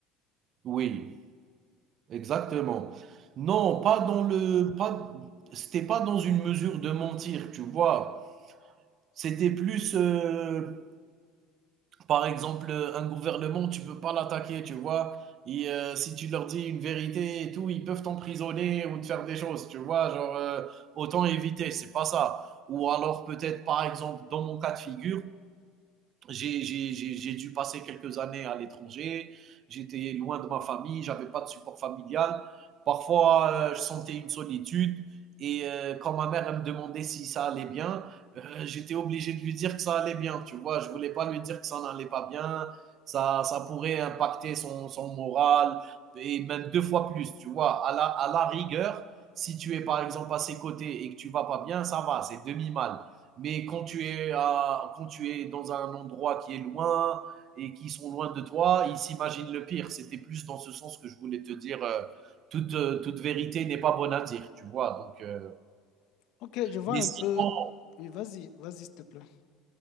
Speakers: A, on the right; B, on the left.
A: oui, exactement. Non, pas dans le, pas, c'était pas dans une mesure de mentir, tu vois. C'était plus, euh, Par exemple, euh, un gouvernement, tu peux pas l'attaquer, tu vois. Et euh, si tu leur dis une vérité et tout, ils peuvent t'emprisonner ou te faire des choses, tu vois. Genre, euh, autant éviter, c'est pas ça. Ou alors peut-être, par exemple, dans mon cas de figure, j'ai- j'ai j'ai- j'ai dû passer quelques années à l'étranger, j'étais loin de ma famille, j'avais pas de support familial. Parfois, euh, je sentais une solitude et euh, quand ma mère elle me demandait si ça allait bien, euh, j'étais obligé de lui dire que ça allait bien, tu vois, je ne voulais pas lui dire que ça n'allait pas bien, ça, ça pourrait impacter son, son moral et même deux fois plus, tu vois, à la, à la rigueur, si tu es par exemple à ses côtés et que tu ne vas pas bien, ça va, c'est demi-mal. Mais quand tu es à, quand tu es dans un endroit qui est loin et qui sont loin de toi, ils s'imaginent le pire. C'était plus dans ce sens que je voulais te dire. euh, toute, euh, toute vérité n'est pas bonne à dire, tu vois. Donc, euh,
B: Ok, je vois
A: mais
B: un
A: sinon,
B: peu. Oui, vas-y, vas-y, s'il te plaît.